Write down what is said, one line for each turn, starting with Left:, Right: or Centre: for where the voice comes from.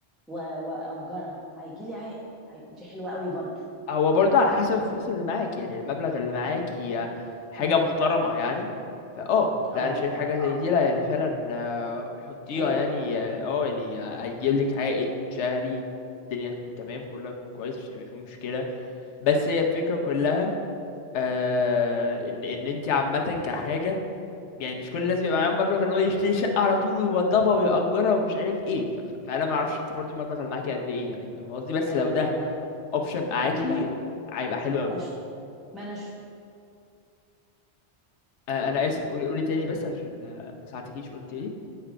Centre: و- واجرها هيجي لي عائد عائد- دي حلوة قوي برضو
Left: هو برضه على حسب الفلوس اللي معاك يعني المبلغ اللي معاك هي حاجة
Centre: امم
Left: محترمة يعني فاه لا
Centre: اه
Left: انا شايف حاجة زي
Centre: اه
Left: دي لا يعني فعلا آه، حطيها
Centre: حلوة
Left: يعني
Centre: برضو
Left: اه آه، يعني هيجيب لك عائد شهري الدنيا تكون تمام كلها تكون كويس مش هيبقى فيه مشكلة بس هي
Centre: تمام
Left: الفكرة كلها آه ان ان انت عامة كحاجة يعني مش كل الناس بيبقى معاهم مبلغ ان هو يشتري شقة على طول ويوضبها ويأجرها ومش عارف ايه ف- ف- فانا ما اعرفش انت برضو المبلغ اللي معاكي قد ايه يعني فاهم قصدي بس
Centre: ايوه
Left: لو ده
Centre: ايوه ما
Left: اوبشن معاكي
Centre: ما انا لو
Left: هيبقى حلو قوي
Centre: أش... ما انا
Left: آه، انا اسف قولي قولي تاني بس عشان آه، ما ساعدتكيش قلت ايه